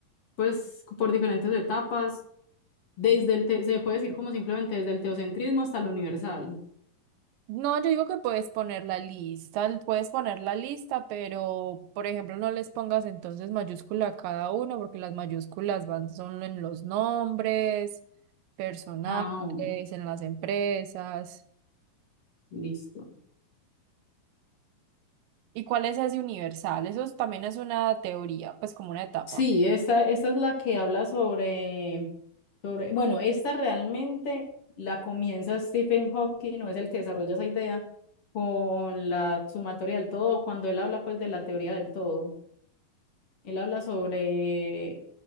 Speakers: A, on the left; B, on the right.
A: pues, por diferentes etapas, desde el te- se puede decir como simplemente desde el teocentrismo hasta el universal.
B: No, yo digo que puedes poner la lista, l- puedes poner la lista, pero por ejemplo no les pongas entonces mayúscula a cada uno, porque las mayúsculas van solo en los nombres, personales,
A: Ah, bueno,
B: en las empresas.
A: listo.
B: ¿Y cuál es ese universal? Eso es- también es una teoría, pues como una etapa.
A: Sí, esta, esta es la que habla sobre, sobre, bueno, esta realmente la comienza Stephen Hawking, no es el que desarrolla esa idea, con la sumatoria del todo, cuando él habla pues de la teoría del todo. Él habla sobre